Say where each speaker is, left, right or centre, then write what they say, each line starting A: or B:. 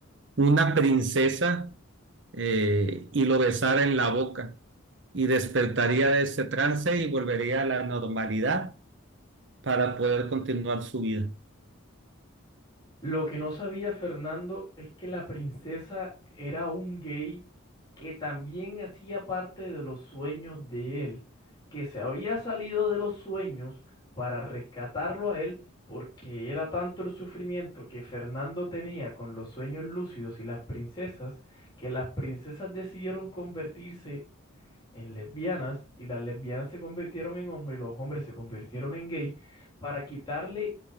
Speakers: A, on the right; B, on the left.
A: una princesa eh, y lo besara en la boca y despertaría de ese trance y volvería a la normalidad para poder continuar su vida.
B: Lo que no sabía Fernando es que la princesa era un gay que también hacía parte de los sueños de él, que se había salido de los sueños para rescatarlo a él porque era tanto el sufrimiento que Fernando tenía con los sueños lúcidos y las princesas, que las princesas decidieron convertirse en lesbianas y las lesbianas se convirtieron en hombres y los hombres se convirtieron en gay para quitarle